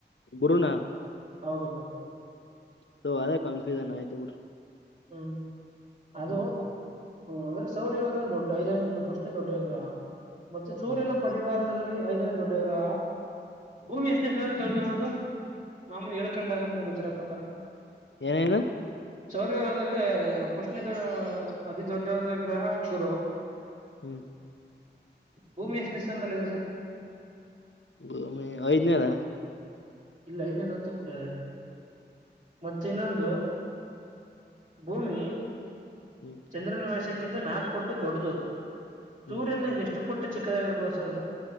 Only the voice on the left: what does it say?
ಗುರುಣ
ಹೋ ಅದ ಕನ್ಫ್ಯೂಸನ್ ಆಯ್ತು ಬಿಡ್ರಿ
ಹ್ಮ್
ಹ್ಮ್
ಏನೇನು
ಹ್ಮ್ <inaudible>
ಭೂಮಿ ಐದನೇದ
ಹ್ಮ್ <unintelligible>
ಹ್ಮ್